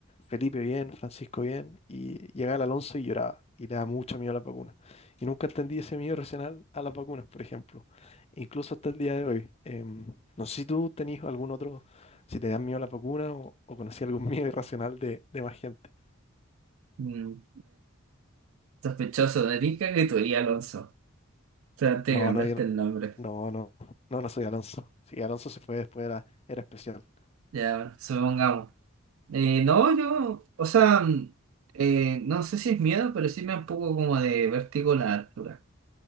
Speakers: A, on the left (about 30°); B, on the right (about 70°).
A: Felipe bien, Francisco bien. Y llegaba el Alonso y lloraba. Y le da mucho miedo a las vacunas. Y nunca entendí ese miedo racional a las vacunas, por ejemplo. Incluso hasta el día de hoy. Em, no sé si tú tenías algún otro, si te dan miedo a las vacunas o, o conocías algún <laughs> miedo irracional de, de más gente.
B: mm, Sospechoso de rica que tú eres, Alonso. O sea, antes
A: No,
B: de cambiarte
A: no, yo no.
B: el nombre.
A: No, no, no, no soy Alonso. Sí, Alonso se fue después, era, era especial.
B: Ya, bueno, supongamos. Eh, no, yo, o sea, mm, eh, no sé si es miedo, pero sí me da un poco como de vértigo la altura.